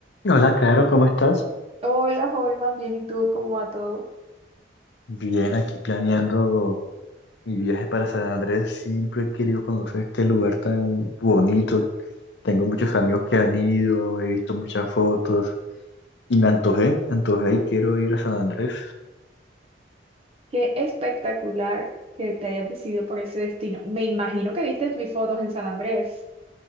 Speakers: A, on the left; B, on the right.
A: Hola, Caro, ¿cómo estás?
B: Hola, Holman, bien, ¿y tú cómo va todo?
A: Bien, aquí planeando mi viaje para San Andrés. Siempre he querido conocer este lugar tan bonito. Tengo muchos amigos que han ido, he visto muchas fotos y me antojé, me antojé y quiero ir a San Andrés.
B: Qué espectacular que te hayas decidido por ese destino. Me imagino que viste mis fotos en San Andrés.